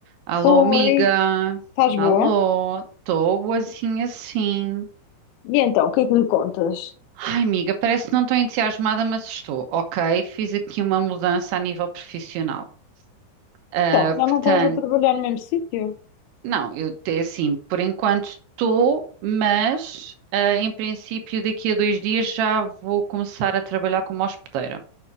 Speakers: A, on the right; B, on the left.
A: Alô,
B: Oi,
A: amiga.
B: estás
A: Alô,
B: boa?
A: estou boazinha sim.
B: E então, o que é que me contas?
A: Ai, amiga, parece que não estou entusiasmada, mas estou. Ok, fiz aqui uma mudança a nível profissional. Ah,
B: Então, já
A: portanto,
B: não estás a trabalhar no mesmo sítio?
A: não, eu até assim, por enquanto estou, mas ah, em princípio daqui a dois dias já vou começar a trabalhar como hospedeira.